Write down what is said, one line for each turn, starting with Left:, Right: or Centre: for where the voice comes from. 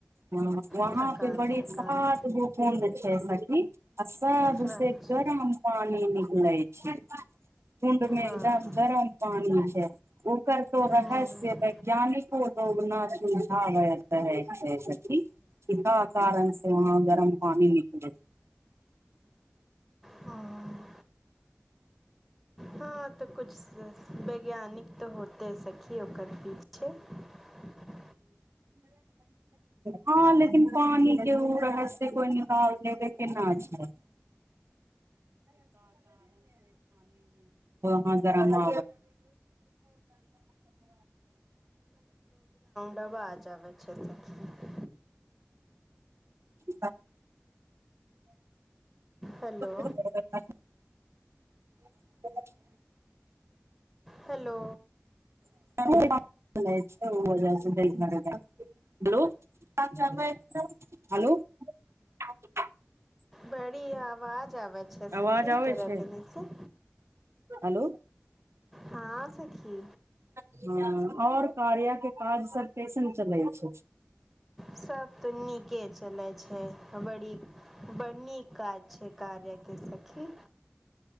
Right: ह वहाँ
Centre: थकान
Right: पे बड़े
Centre: थकान
Right: साात गो प अछास ह असा
Centre: अच्छा
Right: दस एक गराम पान निकलै छ कुण्डमे
Centre: वाह
Right: एकदम गरम पानी छै ओ कर तो रहस्य
Centre: हँ
Right: वैज्ञानिक लोग न सुविधा हो है छै <unintelligible> काराम से वहाँ गरम पानी ज
Centre: हँ हँ तऽ कुछ वैज्ञानिक तऽ होत त सकी क ओकर पीट छै
Right: हँ लेकिन पानी के ओ रहस्य कोइ निकाल लबे केना छै पान जाना
Centre: रबााजबै छै सेी
Right: हाँ।
Centre: Hello
Right: <unintelligible> <unintelligible>
Centre: hello.
Right: हेलो हो हेलो
Centre: बड़ी य आवाज आबै छै सखी
Right: आवाज आबै
Centre: तोरा
Right: छै
Centre: देनेसँ
Right: हेलो
Centre: हां सखी।
Right: हँ और कार्या के काज सब कइसन चलै छै?
Centre: सब त नीके चलै छै। बड़ी बड़ नीक काज छै कार्यके सखी।